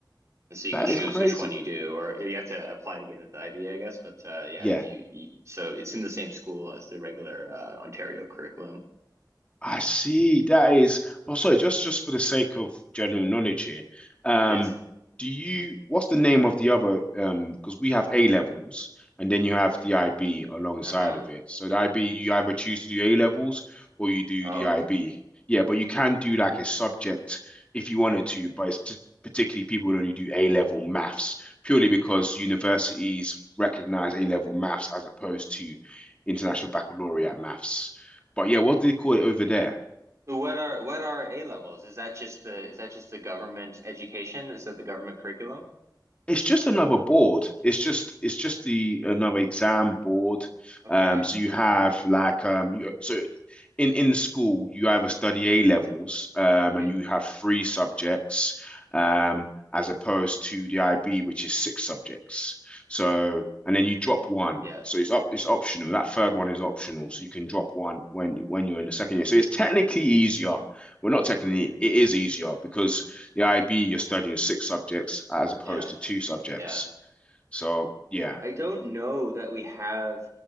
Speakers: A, on the right; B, on the left.
A: And so you
B: that
A: can choose
B: is Oh, crazy.
A: which one you do, or you have to apply to get into the IB, I guess. But uh, yeah,
B: Yeah,
A: if you, you so it's in the same school as the regular uh, Ontario curriculum.
B: I see. That is, well, sorry, just just for the sake of general knowledge here, um,
A: Yes.
B: do you, what's the name of the other, um, because we have A levels and then you have the IB alongside
A: Uh-huh.
B: of it. So the IB, you either choose to do A levels or you do
A: Oh.
B: the IB. Yeah, but you can do like a subject if you wanted to, but it's t- particularly people who only do A level maths purely because universities recognize A level maths as opposed to International Baccalaureate maths. But yeah, what do they call it over there?
A: So what are what are A levels? Is that just the is that just the government education? Is that the government curriculum?
B: It's just another board. It's just it's just the another exam board.
A: Okay.
B: Um, so you have like um, you, so in in school you either study A levels um,
A: hmm
B: and you have three subjects um, as opposed to the IB which is six subjects. So and then you drop one.
A: Yes.
B: So it's up it's optional. That third one is optional. So you can drop one when when you're in the second year. So it's technically easier. Well, not technically, it is easier because The IB, you're studying six subjects as opposed
A: Yeah.
B: to two subjects.
A: Yeah.
B: So yeah,
A: I don't know that we have.